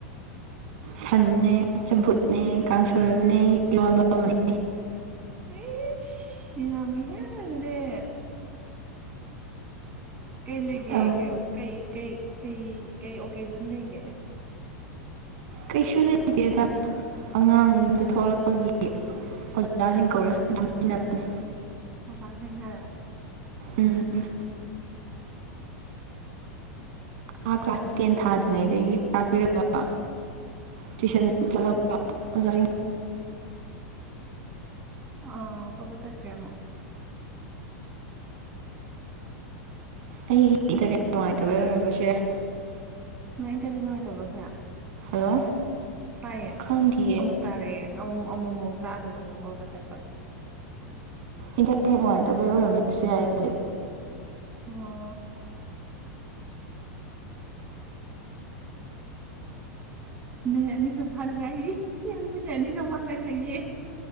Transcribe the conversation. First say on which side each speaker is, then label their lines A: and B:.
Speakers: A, on the right; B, on the right.
A: ꯁꯟꯅꯦ ꯆꯝꯐꯨꯠꯅꯦ ꯀꯥꯡꯁꯣꯏ ꯑꯃꯅꯦ ꯏꯔꯣꯟꯕ ꯑꯃꯅꯦ
B: ꯏꯁꯁ ꯌꯝꯃꯤꯍꯦ ꯑꯗꯨꯗꯤ ꯀꯩ ꯂꯩꯒꯦ
A: ꯑꯧ
B: ꯀꯩ ꯀꯩ ꯀꯩ ꯀꯩ ꯀꯩ ꯑꯣꯀꯦꯖꯟ ꯂꯩꯒꯦ
A: ꯀꯩꯁꯨ ꯂꯩꯇꯦꯗ ꯑꯉꯥꯡ ꯌꯨꯝꯗ ꯊꯣꯛꯂꯛꯄꯒꯤ ꯑꯣꯖꯥꯁꯤꯡ ꯀꯧꯔ ꯁꯨꯝ ꯆꯥꯃꯤꯟꯅꯕꯅꯦ
B: ꯑꯣꯖꯥꯁꯤꯡ ꯍꯥꯏꯔꯣ
A: ꯎꯝ ꯑ ꯀ꯭ꯂꯥꯁ ꯇꯦꯟ ꯊꯥꯗ꯭ꯔꯤꯉꯩꯗꯒꯤ ꯇꯥꯛꯄꯤꯔꯛꯄ ꯇꯨꯏꯁꯟ ꯆꯠꯂꯛꯄ ꯑꯣꯖꯥꯁꯤꯡ
B: ꯑꯥ ꯄꯠ ꯄꯠ ꯇꯠꯈ꯭ꯔꯦ ꯑꯃꯨꯛ <inaudible>
A: ꯑꯩꯒꯤ ꯏꯟꯇꯔꯅꯦꯠ ꯅꯨꯡꯉꯥꯏꯇꯕꯩ ꯑꯣꯏꯔꯝꯕꯁꯨ ꯌꯥꯏ
B: ꯅꯣꯏ ꯏꯟꯇꯔꯅꯦꯠ ꯅꯨꯡꯉꯥꯏꯇꯕ꯭ꯔꯣ ꯈꯔ
A: ꯍꯜꯂꯣ
B: ꯇꯥꯏꯌꯦ
A: ꯈꯪꯗꯤꯌꯦ
B: ꯑꯃꯨꯛ ꯇꯥꯔꯦ ꯑꯝ ꯑꯃꯨꯛ ꯃꯨꯛ ꯇꯥꯗꯕ ꯑꯃꯨ ꯕꯠ ꯕꯠ ꯇꯠꯄ
A: ꯏꯟꯇꯔꯅꯦꯠ ꯅꯨꯡꯉꯥꯏꯇꯕꯩ ꯑꯣꯏꯔꯝꯕꯁꯨ ꯌꯥꯏ ꯑꯗꯨꯗꯤ
B: ꯑꯣ ꯃꯤꯅꯤꯠ ꯑꯅꯤꯈꯛ ꯐꯗ ꯉꯏꯔꯤ ꯌꯦꯡꯉꯨꯅꯦ ꯑꯅꯤꯈꯛ ꯐꯗ ꯉꯥꯏꯔꯤꯌꯦ